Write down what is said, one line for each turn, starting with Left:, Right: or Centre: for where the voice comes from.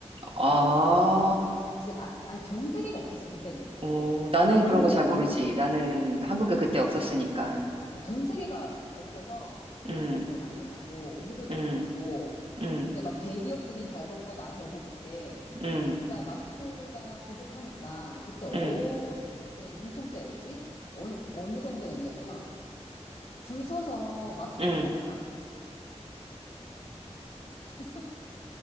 Right: 아,
Left: 난리도 아니었잖아. 진짜 나 아니 전 세계가 없었어 그때는.
Right: 어, 나는
Left: 전
Right: 그런 거
Left: 세계.
Right: 잘 모르지. 나는 한국에
Left: 어.
Right: 그때 없었으니까.
Left: 어, 전 세계가 없어서 일본도
Right: 음,
Left: 난리 나고 우리도 난리
Right: 음,
Left: 나고
Right: 음,
Left: 근데 막 대기업들이 발벗고 나서고 그때
Right: 음,
Left: 그러니까 마스크가 부족하니까 그때 어
Right: 음,
Left: 그때 문통 때였지? 어, 어느 정도였냐면 줄 서서 마스크
Right: 음.
Left: 탔다니까. <laughs> 줄 서서